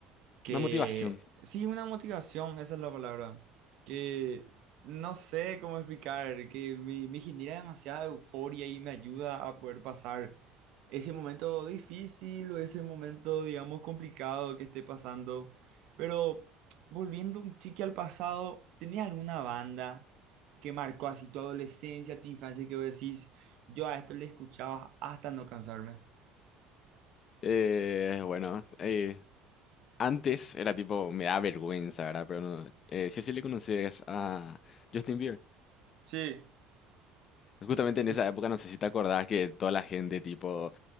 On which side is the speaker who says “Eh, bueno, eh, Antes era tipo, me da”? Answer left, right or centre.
Left